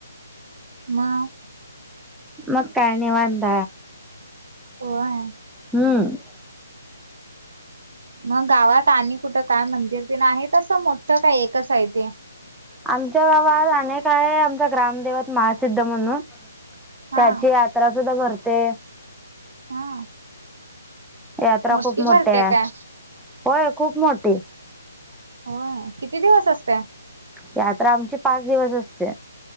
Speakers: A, on the right; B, in the centre.
A: म...
B: मग काय निवांत.
A: होय.
B: हम्म.
A: मग गावात आणि कुठं काय मंदिर ते नाही आहे तस मोठं काय एकच आहे ते?
B: आमच्या गावात अनेक आहे आमच्या ग्रामदेवत महासिद्ध म्हणून.
A: हा
B: त्याची यात्रा सुद्धा भरते.
A: हा
B: यात्रा
A: मोठी
B: खूप मोठीया
A: भरते काय
B: होय खूप मोठी.
A: होय, किती दिवस असते?
B: यात्रा आमची पाच दिवस असते.